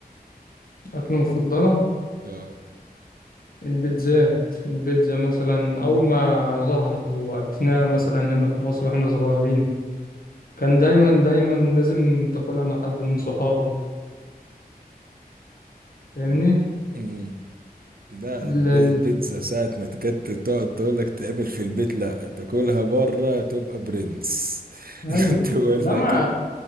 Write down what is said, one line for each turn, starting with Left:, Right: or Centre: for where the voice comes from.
Left: اكله مفضله
Right: اه
Left: البيتزات البيتزا مثلا أول ما ظهرت وعرفناها مثلا هنا في مصر واحنا صغيرين كان دايما دايما لازم تاكلها مع حد من صحابك فاهمني
Right: اه ده
Left: ال...
Right: الب-
Left: ال...
Right: البيتزا ساعة ما تكت تقعد تقول لك تعمل في البيت لا تاكلها بره تبقى برنس
Left: أيوه
Right: <laughs> تقول
Left: ده
Right: لك
Left: ما